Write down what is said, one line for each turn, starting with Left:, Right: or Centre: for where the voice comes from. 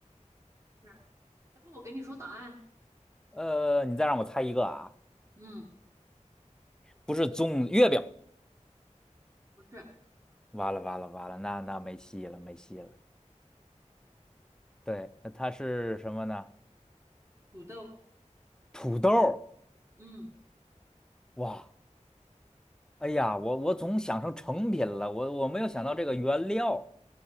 Right: 是。要不我给你说答案？
Centre: 呃，你再让我猜一个啊，
Right: 嗯，
Centre: 不是粽子，月饼。
Right: 不是
Centre: 完了完了完了，那那没戏了没戏了。对，那它是什么呢？
Right: 土豆。
Centre: 土豆儿
Right: 嗯
Centre: 哇，哎呀，我我总想成成品了，我我没有想到这个原料。